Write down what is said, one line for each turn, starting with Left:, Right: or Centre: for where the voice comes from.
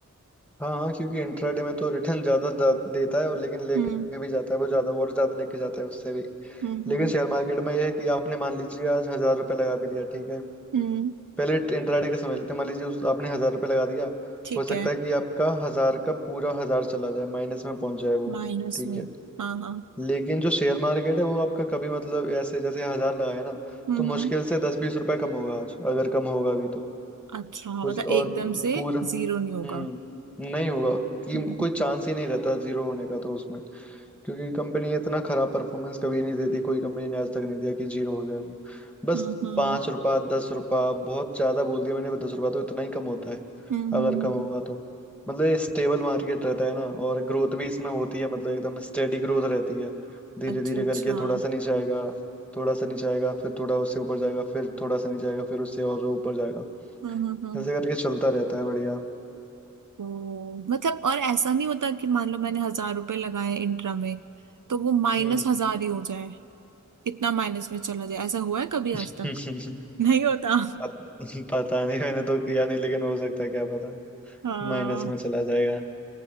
Centre: हाँ हाँ क्योंकि इंट्राडे में तो रिटर्न ज्यादा दा- देता है और लेकिन लेके
Right: हम्म
Centre: भी जाता है वो ज्यादा और ज्यादा लेके जाता है उससे भी
Right: हम्म
Centre: लेकिन
Right: हम्म
Centre: शेयर मार्केट में यह है कि आपने मान लीजिए आज हजार रुपये लगा भी दिया ठीक है
Right: हम्म,
Centre: पहले इंट्राडे का समझ लेते हैं मान लीजिए उस आपने हजार रुपये लगा दिया
Right: ठीक
Centre: हो सकता
Right: है
Centre: है कि आपका हजार का पूरा हजार चला जाए माइनस में पहुंच जाए वो
Right: माइनस
Centre: ठीक
Right: में
Centre: है
Right: हाँ हाँ
Centre: लेकिन जो शेयर मार्केट है वो आपका कभी मतलब ऐसे जैसे हजार लगाए ना
Right: हम्म
Centre: तो मुश्किल
Right: हम्म
Centre: से दस बीस रुपए कम होगा आज अगर कम होगा अभी तो
Right: अच्छा
Centre: उस
Right: मतलब
Centre: और
Right: एकदम से
Centre: पूरा
Right: जीरो नहीं होगा
Centre: हम्म नहीं होगा कि
Right: हम्म
Centre: कोई चांस ही नहीं रहता जीरो होने का तो उसमें क्योंकि कंपनी इतना खराब परफॉर्मेंस कभी नहीं देती कोई कंपनी ने आज तक नहीं दिया कि जीरो हो जाए वो बस
Right: हम्म
Centre: पाँच रुपया दस रुपया बहुत ज्यादा बोल दिया मैंने दस रुपया तो इतना ही कम होता है
Right: हम्म
Centre: अगर
Right: हम्म
Centre: कम
Right: हम्म,
Centre: होगा तो मतलब स्टेबल मार्केट रहता है ना और ग्रोथ भी इसमें होती है मतलब एकदम स्टेडी ग्रोथ रहती है धीरे
Right: अच्छा
Centre: धीरे
Right: अच्छा
Centre: करके
Right: हम्म
Centre: थोड़ा सा नीचे आएगा थोड़ा सा नीचे आएगा फिर थोड़ा उससे ऊपर जाएगा फिर थोड़ा सा नीचे आएगा फिर उससे और ऊपर जाएगा
Right: हम्म हम्म
Centre: ऐसे करके चलता रहता है बढ़िया
Right: ओ मतलब और ऐसा नहीं होता कि मान लो मैंने हजार रुपए लगाए इंट्रा में तो वो माइनस
Centre: हम्म
Right: हजार ही हो जाए इतना माइनस में चला जाए ऐसा हुआ है कभी आज
Centre: <laughs>
Right: तक <laughs> नहीं होता
Centre: पत- पता नहीं मैंने तो किया नहीं लेकिन हो सकता है क्या पता
Right: हाँ
Centre: माइनस में चला जाएगा